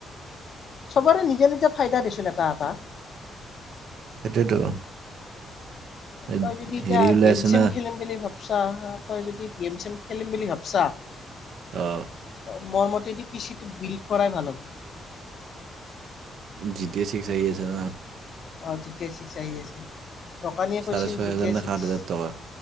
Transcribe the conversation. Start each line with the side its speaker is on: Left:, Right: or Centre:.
Left: চবৰে নিজা নিজা ফাইদা দিচোন এটা এটা
Right: সেইটোৱেতো এই
Left: তই যদি এতিয়া
Right: হেৰি ওলাই
Left: গেম
Right: আছে
Left: চেম
Right: না
Left: খেলিম বুলি ভাব চা, তই যদি পি এম চি এম খেলিম বুলি ভাবছা <inaudible>
Right: অঁ
Left: মোৰ মতে পিটো বিল্ড কৰাই ভাল হব
Right: জি টি চিক আহি আছে ন
Left: অ জি চি চিক আহি আছে ন দকানীয়ে
Right: চাৰে
Left: কৈছিল
Right: ছয়
Left: জি
Right: হাজাৰ
Left: ট
Right: নে
Left: ছিক্স
Right: সাত হাজাৰ টকা